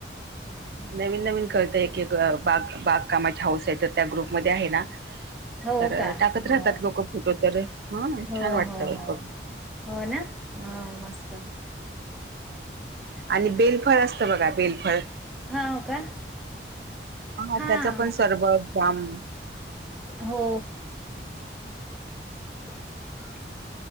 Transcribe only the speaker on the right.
नवीन नवीन करत एक बाग बागकामाचे हाऊस आहे तर त्या ग्रुपमध्ये आहे ना
तर
टाकत
राहतात लोक फोटो तर ह
छान वाटत
फ
आणि बेलफळ असतय बघा बेलफळ
हा
त्याचं पण सरबत जाम